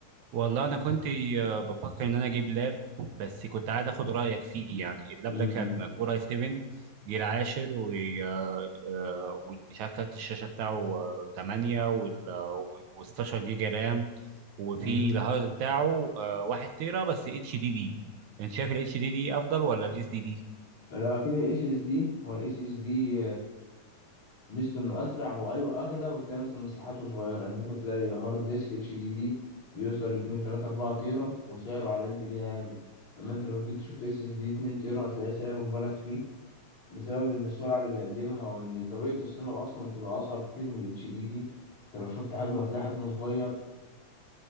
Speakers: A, on the right (about 70°); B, on the left (about 60°).
A: والله انا كنت آه، بفكر ان انا اجيب لاب بس كنت عايز اخد رايك فيه يعني اللاب
B: امم
A: ده كان كورة اي 7 جيل عاشر و آه، آه، ومش عارف كارت الشاشه بتاعه آه، 8 وال آه، و16 جيجا رام وفي
B: امم
A: الهارد بتاعه آه، 1 تيرا بس اتش دي دي انت شايف الاتش دي دي افضل ولا الاس دي دي
B: لا اكيد الاس اس دي هو الاس اس دي ميزته انه اسرع هو ايوه اغلى وتلاقي مثلا مساحاته صغيره يعني ممكن تلاقي هارد ديسك اتش دي دي بيوصل ل 2 3 4 تيرا وسعره على قد كده عادي اما انت لو جيت تشوف اس اس دي 2 تيرا هتلاقي سعره مبالغ فيه بسبب ان السرعه اللي بيقدمها وان طريقه تصنيعه اصلا بتبقى اصعب كتير من الاتش دي دي انت لو شفت حجمه هتلاقي حجمه صغير